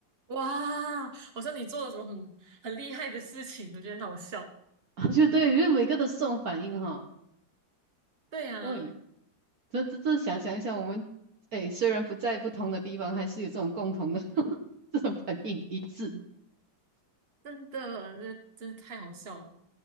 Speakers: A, on the right; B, on the right.
A: 哇！我说你做了什么很很厉害的事情，我觉得很好笑。
B: <laughs> 就对，因为每个都是这种反应哈、
A: 对啊，
B: 我也没这这这想想一下，我们哎，虽然不在不同的地方，还是有这种共同的 <laughs> 这种反应一致。
A: 真的，这真的太好笑了。